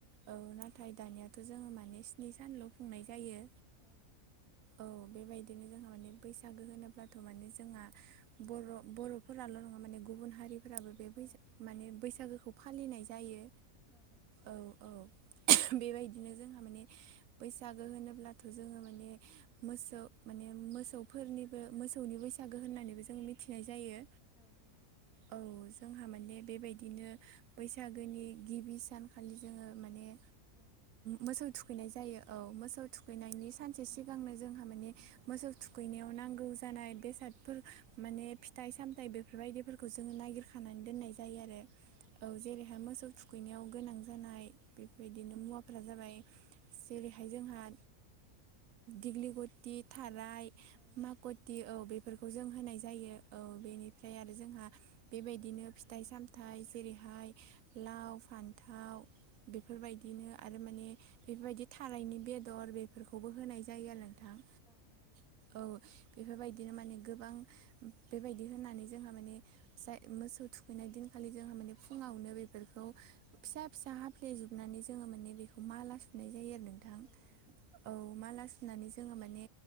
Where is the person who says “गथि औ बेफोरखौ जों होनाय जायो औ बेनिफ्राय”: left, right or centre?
Right